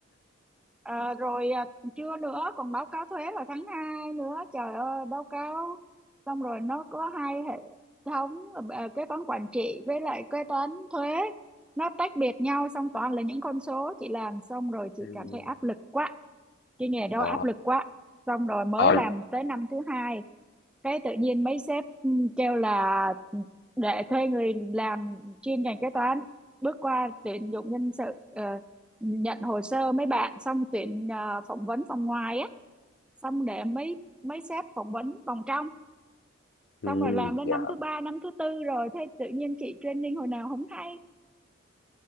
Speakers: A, in the centre; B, on the left.
A: Ờ, rồi à, chưa nữa còn báo cáo thuế vào tháng 2 nữa trời ơi báo cáo xong rồi nó có hai hệ thống à, kế toán quản trị với lại kế toán thuế nó tách biệt nhau xong toàn là những con số chị làm xong rồi chị
B: Ừ.
A: cảm thấy áp lực quá cái nghề đó
B: Ờ,
A: áp lực quá xong rồi mới
B: ờ,
A: làm tới năm thứ hai cái tự nhiên mấy sếp ừ, kêu là để thuê người làm chuyên ngành kế toán bước qua tuyển dụng nhân sự ờ, nhận hồ sơ mấy bạn xong tuyển ờ, phỏng vấn vòng ngoài á xong để mấy mấy sếp phỏng vấn vòng trong
B: ừ,
A: xong rồi làm đến
B: dạ,
A: năm thứ ba năm thứ tư rồi thế tự nhiên chị training hồi nào không hay